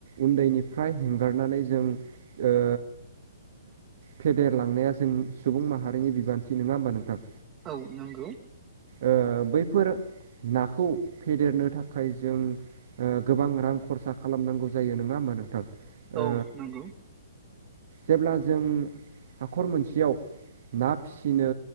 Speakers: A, on the right (about 55°); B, on the right (about 25°).
A: उन्दैनिफ्राय हेंगारनानै जों ओ फेदेरलांनाया जों सुबुं माहारिनि बिबान्थि नङा होमबा नोंथां?
B: औ नोंगौ
A: ओ बैफोर नाखौ फेदेरनो थाखाय जों ओ गोबां रां खरसा खालामनांगौ जायो नङा होमा नोंथां? ओ
B: औ नंगौ
A: जेब्ला जों हाखर मोनसेयाव ना फिसिनो